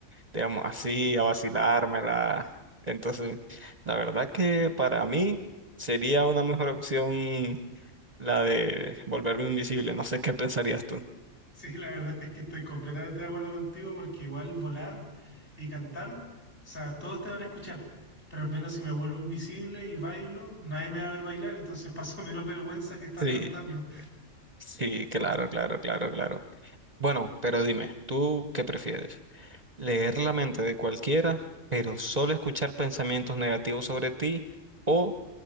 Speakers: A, on the right; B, on the left.
A: digamos así, a vacilármela. Entonces, la verdad que para mí sería una mejor opción la de volverme invisible. No sé qué pensarías tú.
B: Sí, la verdad es que estoy completamente de acuerdo contigo porque igual volar y cantar, o sea, todos te van a escuchar, pero al menos si me vuelvo invisible y bailo, nadie me va a ver bailar, entonces <laughs> paso menos vergüenza que estar
A: Sí,
B: cantando.
A: sí, claro, claro, claro, claro. Bueno, pero dime, ¿tú qué prefieres? ¿Leer la mente de cualquiera, pero solo escuchar pensamientos negativos sobre ti? o